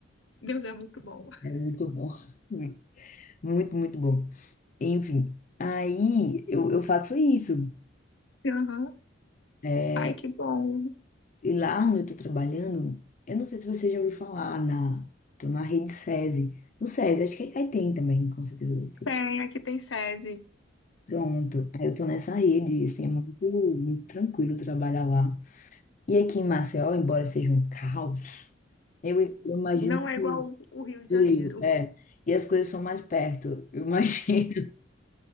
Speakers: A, on the left (about 75°); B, on the left (about 40°).
A: Deus é muito bom. <laughs>
B: É muito bom. <laughs> Muito, muito bom. Enfim, aí eu, eu faço isso.
A: Aham.
B: É,
A: Ai, que bom.
B: E lá onde eu tô trabalhando, eu não sei se você já ouviu falar na, tô na rede SESI. No SESI, acho que aí tem também, com certeza deve ter.
A: Tem, aqui tem SESI.
B: Pronto, aí eu tô nessa rede, assim, é muito, muito tranquilo trabalhar lá. E aqui em Maceió, embora seja um caos, eu, eu imagino
A: Não
B: que
A: é igual o Rio de
B: Fluiu,
A: Janeiro.
B: é. E as coisas são mais perto. Eu imagino,